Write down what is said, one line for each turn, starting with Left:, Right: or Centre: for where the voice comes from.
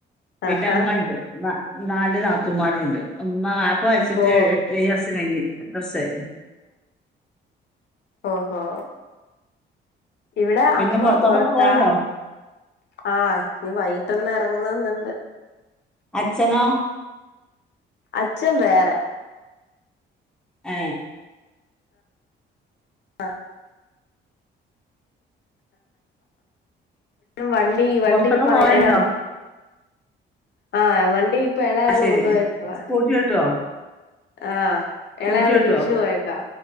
Centre: പിന്നെ
Left: ആഹാ
Centre: അമ്മണ്ട് നാ നാല് നാത്തൂമ്മാരുണ്ട് ന്നാ ആ പൈസ <unintelligible>
Left: ഓ
Centre: ഏഴ് വർഷം കഴിഞ്ഞ് എട്ട് വർഷായി
Left: ഓഹോ ഇവിടെ
Centre: പിന്നെ
Left: അമ്മ
Centre: പുറത്തോട്ടൊക്കെ
Left: പൊറത്താ
Centre: പോയല്ലോ
Left: ആ നീ വൈ ട്ടെന്ന് എറങ്ങണന്ന്ണ്ട്
Centre: അച്ഛനോ
Left: അച്ഛൻ വേറെ
Centre: ഏ
Left: ആ വണ്ടി വണ്ടിപ്പ
Centre: പുറത്തൊക്കെ പോയണ്ടോ
Left: <unintelligible> ആ വണ്ടി ഇപ്പൊ എളെയാള്
Centre: ആ ശരി
Left: കൊണ്ടോയെക്കുവാ
Centre: സ്കൂട്ടി ഓട്ടുവോ
Left: ആ
Centre: സ്കൂട്ടി
Left: എളെയാള്
Centre: ഓട്ടുവോ
Left: ട്യൂഷന് പോയേക്കാ